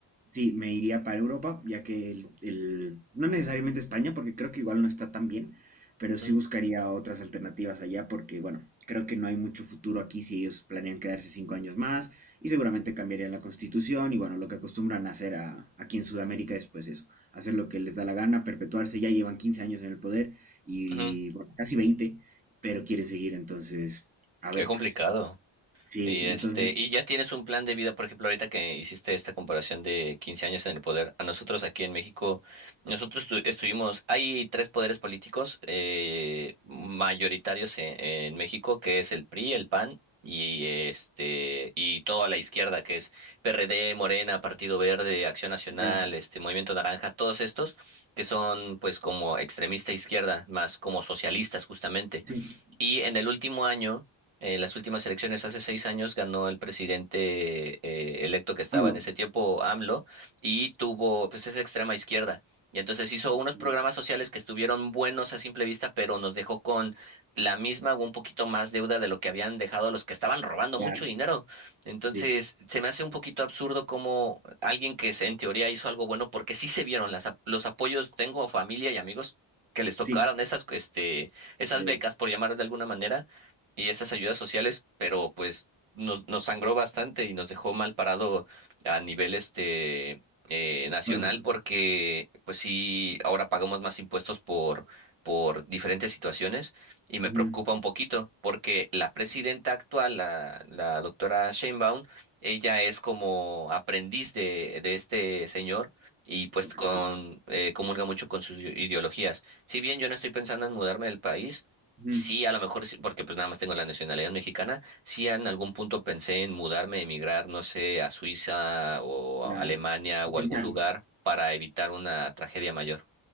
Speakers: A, on the right; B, on the right.
A: Sí, me iría para Europa, ya que el, el- no necesariamente España, porque creo que igual no está tan bien, pero sí
B: Ujú,
A: buscaría otras alternativas allá porque, bueno, creo que no hay mucho futuro aquí si ellos planean quedarse cinco años más y seguramente cambiarían la constitución y, bueno, lo que acostumbran a hacer a- aquí en Sudamérica es pues eso, hacer lo que les da la gana, perpetuarse, ya llevan 15 años en el poder y,
B: ujú.
A: bueno, casi veinte pero quieren seguir, entonces, a
B: Qué
A: ver,
B: complicado.
A: pues, sí,
B: Y este,
A: entonces,
B: y ya tienes un plan de vida, por ejemplo, ahorita que hiciste esta comparación de 15 años en el poder, a nosotros aquí en México, nosotros tu- estuvimos, hay tres poderes políticos eh, mayoritarios en, en México, que es el PRI, el PAN y este y toda la izquierda, que es PRD, Morena, Partido Verde, Acción Nacional,
A: ya,
B: este Movimiento Naranja, todos estos que son pues como extremista izquierda, más como socialistas justamente.
A: sí,
B: Y en el último año, en las últimas elecciones hace seis años, ganó el presidente eh, electo que estaba
A: AMLO,
B: en ese tiempo, AMLO, y tuvo, pues es extrema izquierda. Y entonces hizo unos
A: mm,
B: programas sociales que estuvieron buenos a simple vista, pero nos dejó con la misma o un poquito más deuda de lo que habían dejado los que estaban robando
A: claro,
B: mucho dinero. Entonces,
A: sí,
B: se me hace un poquito absurdo como alguien que se- en teoría hizo algo bueno, porque sí se vieron las, ap- los apoyos, tengo familia y amigos que les tocaron
A: sí,
B: esas, este, esas
A: ok,
B: becas, por llamar de alguna manera, y esas ayudas sociales, pero pues nos, nos sangró bastante y nos dejó mal parado a nivel este eh, nacional
A: económico,
B: porque pues sí, ahora pagamos más impuestos por, por diferentes situaciones y me
A: ujú,
B: preocupa un poquito porque la presidenta actual, la, la doctora Sheinbaum, ella es como aprendiz de, de este señor y pues
A: ok,
B: con, eh, comulga mucho con sus ideologías. Si bien yo no estoy pensando en mudarme del país,
A: ujú,
B: sí, a lo mejor, sí- porque pues nada más tengo la nacionalidad mexicana, sí en algún punto pensé en mudarme, emigrar, no sé, a Suiza o
A: claro,
B: a Alemania
A: intentarlo.
B: o algún lugar para evitar una tragedia mayor.